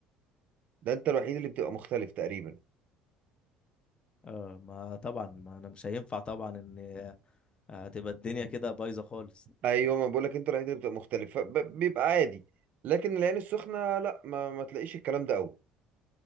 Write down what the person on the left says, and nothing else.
اه ما طبعا ما انا مش هينفع طبعا ان آه، هتبقى الدنيا كده بايظة خالص